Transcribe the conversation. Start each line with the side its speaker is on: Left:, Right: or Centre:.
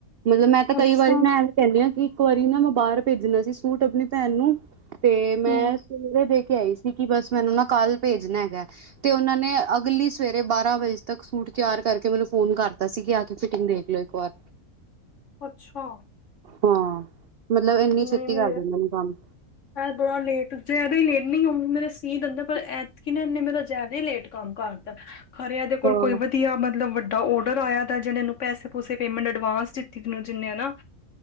Right: ਮਤਲਬ ਮੈਂ ਤਾਂ ਕਈ
Left: ਅੱਛਾ
Right: ਵਾਰੀ ਨਾ ਐਵੇ ਕਹਿਣੀ ਆ ਕਿ ਇੱਕ ਵਾਰੀ ਨਾ ਮੈਂ ਬਾਹਰ ਭੇਜਣੇ ਸੀ ਸੂਟ ਆਪਣੀ ਭੈਣ ਨੂੰ ਤੇ ਮੈਂ
Left: ਹੂੰ
Right: ਸਵੇਰੇ ਦੇ ਕੇ ਆਈ ਸੀ, ਕਿ ਬਸ ਮੈਨੂੰ ਨਾ ਕੱਲ੍ਹ ਭੇਜਣਾ ਹੈਗਾ। ਤੇ ਉਹਨਾਂ ਨੇ ਅਗਲੀ ਸਵੇਰੇ ਬਾਰਾਂ ਵਜੇ ਤੱਕ ਸੂਟ ਤਿਆਰ ਕਰਕੇ ਮੈਨੂੰ ਫੋਨ ਕਰਤਾ ਸੀ, ਕਿ ਆ ਕੇ ਫਿਟਿੰਗ ਦੇਖ ਲਓ। ਕਵਾਰ
Left: ਅੱਛਾ
Right: ਹਾਂ, ਮਤਲਬ ਏਨੀ
Left: ਨਹੀਂ
Right: ਛੇਤੀ
Left: ਮੇਰੇ
Right: ਕਰ ਦੇਂਦੇ ਨੇ ਕੰਮ।
Left: ਬੜਾ ਲੇਟ ਜਿਆਦਾ ਹੀ ਲੇਟ ਨਹੀਂ ਔ ਮੇਰੇ ਸੀ ਦਿੰਦਾ ਪਰ ਏਤਕੀ ਨਾ ਇਨੇ ਮੇਰਾ ਜ਼ਿਆਦਾ ਹੀ ਲੇਟ ਕੰਮ ਕਰਤਾ ਖਰੇ ਐਦੇ ਕੋਲ
Right: ਹਾਂ
Left: ਕੋਈ ਵਧੀਆ ਮਤਲਬ ਵੱ ਦਾ ਓਡਰ ਆਇਆ ਤਾ ਜਿਨ ਏਨੂੰ ਪੈਸੇ-ਪੂਸੇ ਪੇਮੈਂਟ ਅਡਵਾਂਸ ਦਿਤੀ ਜਿੰਨੇ ਹਨਾ।